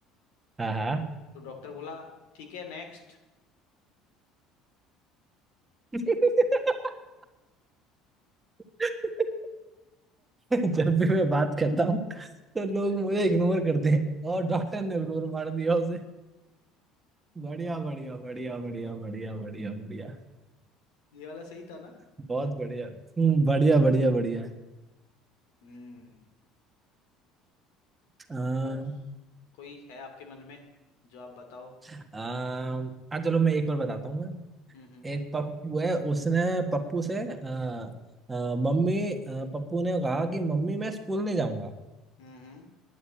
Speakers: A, on the right (about 20°); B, on the left (about 90°).
A: हाँ हाँ हाँ
B: तो डॉक्टर बोला ठीक है नेक्स्ट
A: <laughs> <laughs> जब भी मैं बात करता हूँ तो लोग
B: <laughs>
A: मुझे इग्नोर करते हैं और डॉक्टर ने इग्नोर मार दिया उसे बढ़िया बढ़िया बढ़िया बढ़िया बढ़िया बढ़िया बढ़िया
B: ये वाला सही था ना
A: बहुत बढ़िया हम्म, बढ़िया बढ़िया बढ़िया
B: हम्म
A: अम,
B: और कोई है आपके मन में जो आप बताओ
A: अम, हाँ चलो मैं एक और बताता हूँ मैं
B: हम्म हम्म
A: एक पप्पू है उसने पप्पू से अ, अ, मम्मी अ, पप्पू ने कहा कि मम्मी मैं स्कूल नहीं जाऊंगा
B: हम्म हम्म,